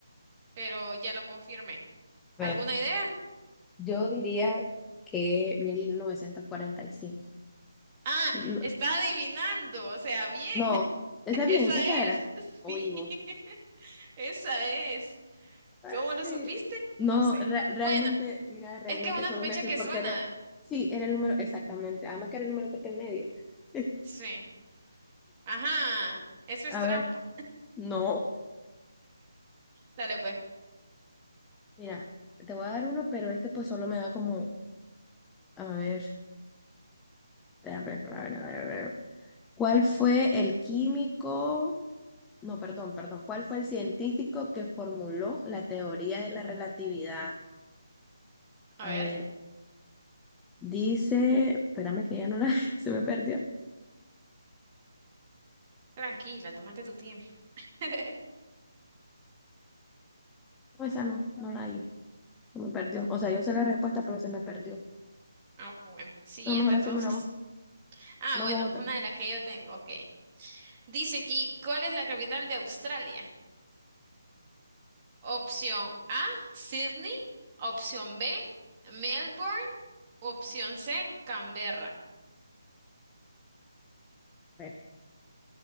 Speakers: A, on the right; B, in the centre.
A: pero ya lo confirmé. ¿Alguna
B: A ver,
A: idea?
B: yo diría que 1945.
A: Ah,
B: No,
A: está adivinando, o sea, bien,
B: no,
A: <laughs>
B: está
A: esa
B: bien, esa era.
A: es, <laughs>
B: O
A: sí,
B: Ivo.
A: <laughs> esa es.
B: Ay,
A: ¿Cómo lo supiste? No
B: No,
A: sé.
B: re- realmente,
A: Bueno,
B: mira, realmente
A: es que es una
B: solo
A: fecha
B: me fui
A: que
B: porque
A: suena.
B: era, sí, era el número, exactamente, además que era el número que está en medio. <laughs>
A: Sí. Ajá, eso es
B: A
A: trampa.
B: ver, no,
A: Dale pues,
B: mira, te voy a dar uno, pero este pues solo me da como, a ver, a ver, a ver, a ver. ¿Cuál fue el químico? No, perdón, perdón. ¿Cuál fue el científico que formuló la teoría de la relatividad?
A: a
B: A
A: ver.
B: ver, dice, espérame que ya no la, <laughs> se me perdió.
A: Tranquila, tómate tu tiempo. <laughs>
B: No, esa no, no la hay. Se me perdió. O sea, yo sé la respuesta, pero se me perdió.
A: Ah, bueno, siguiente
B: No, mejor
A: entonces.
B: hacerme una voz.
A: Ah,
B: No
A: bueno,
B: vos otra.
A: una de las que yo tengo, ok. Dice aquí, ¿cuál es la capital de Australia? Opción A, Sydney. Opción B, Melbourne. Opción C, Canberra.
B: A ver.